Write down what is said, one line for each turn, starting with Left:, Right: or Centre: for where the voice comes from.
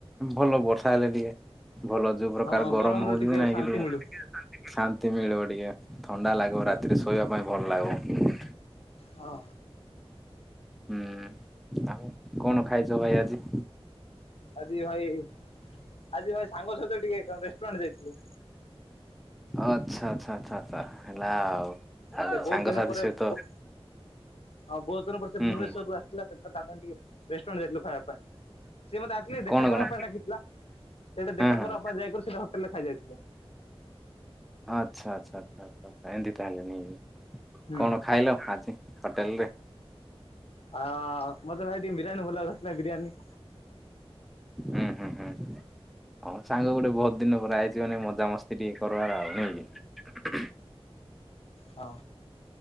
Centre: ଭଲ ବର୍ଷା ହେଲେ ଟିକେ। ଭଲ ଯୋଉ ପ୍ରକାର
Left: ହଁ
Centre: ଗରମ
Left: ଗରମରୁ
Centre: ହଉ
Left: ଟିକେ
Centre: ନାଇଁ
Left: ଶାନ୍ତି
Centre: କି ଟିକେ
Left: ମିଳୁ
Centre: ଶାନ୍ତି ମିଳିବ ଟିକେ ଥଣ୍ଡା ଲାଗିବ ରାତିରେ ଶୋଇବା ପାଇଁ ଭଲ ଲାଗିବ।
Left: ହଁ
Centre: ହୁଁ ଆଉ କଣ ଖାଇଛ ଭାଇ ଆଜି?
Left: ଆଜି ଭାଇ ଆଜି ଭାଇ ସାଙ୍ଗ ସହିତ ଟିକେ ରେଷ୍ଟୁରାଣ୍ଟ ଯାଇଥିଲୁ।
Centre: ଓ ଆଚ୍ଛା ଆଚ୍ଛା ଆଛା ଆଛା ହେଲା ଆଉ। ଆଉ
Left: ସେ ବହୁତ
Centre: ସାଙ୍ଗସାଥି
Left: ଦିନ ପରେ
Centre: ସହିତ
Left: ବୋ ହଁ ବହୁତ୍ ଦିନ ପରେ ସେ
Centre: ହୁଁ
Left: ଭୁବନେଶ୍ୱରରୁୁ
Centre: ହୁଁ
Left: ଆସିଥିଲା ସେଳେ ତା ଟିକେ ରେଷ୍ଟୁରାଣ୍ଟ ଯାଇଥିଲୁ ଖଇବା ପାଇଁ ସେ ମତେ ଆ
Centre: କଣ
Left: ଦେଖାକରା
Centre: କଣ
Left: ପାଇଁ ଡାକିଥିଲା ସେଇଟା
Centre: ହଁ
Left: ଦେଖାକରା
Centre: ହଁ
Left: ପାଇଁ ଯାଇକରି ସେଇଟା ହୋଟେଲ୍ ରେ ଖାଇ ଯାଇଥିଲୁ।
Centre: ଆଚ୍ଛା ଆଚ୍ଛା ଆଚ୍ଛା ଆଚଛା ଆଚଛା ଏମିତି ତାହେଲେ ନେଇଁକି
Left: ହୁଁ
Centre: କଣ ଖାଇଲ ଆଜି? ହୋଟେଲ୍ ରେ।।
Left: ହ ମତେ ଭାଇ ଟିକେ ବିରୟାନୀ ଭଲ ଲାଗିଲା ବିରୟାନୀ
Centre: ହୁଁ ହୁଁ ହୁଁ ହଁ ସାଙ୍ଗ ଗୋଟେ ବହୁତ୍ ଦିନ ପରେ ଆଇଛି ମାନେ ମଜାମସ୍ତି ଟିକେ କରବାର ଆଉ। ହୁଁ। <inaudible>
Left: ହଁ